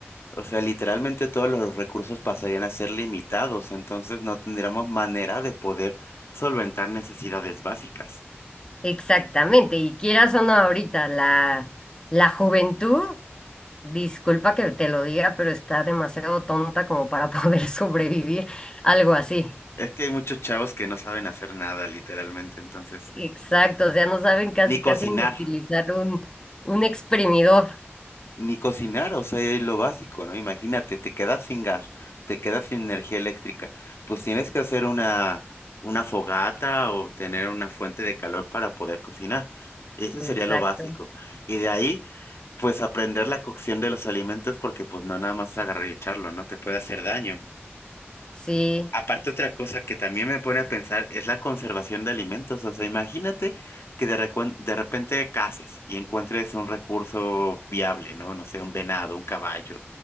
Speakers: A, on the left; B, on the left.
A: O sea, literalmente todos los recursos pasarían a ser limitados, entonces no tendríamos manera de poder solventar necesidades básicas.
B: exactamente. Y quieras o no, ahorita la, la juventud. Disculpa que te lo diga, pero está demasiado tonta como para poder <laughs> sobrevivir algo así.
A: Es que hay muchos chavos que no saben hacer nada, literalmente, entonces,
B: Exacto, o sea, no saben casi
A: ni cocinar.
B: casi ni utilizar un, un exprimidor.
A: ni cocinar, o sea, es lo básico, ¿no? Imagínate, te quedas sin gas, te quedas sin energía eléctrica, pues tienes que hacer una, una fogata o tener una fuente de calor para poder cocinar. Eso
B: Exacto.
A: sería lo básico. Y de ahí, pues aprender la cocción de los alimentos porque pues no nada más agarrar y echarlo, no te puede hacer daño.
B: Sí,
A: Aparte, otra cosa que también me pone a pensar es la conservación de alimentos. O sea, imagínate que de, recuen- de repente caces y encuentres un recurso viable, ¿no? No sé, un venado, un caballo,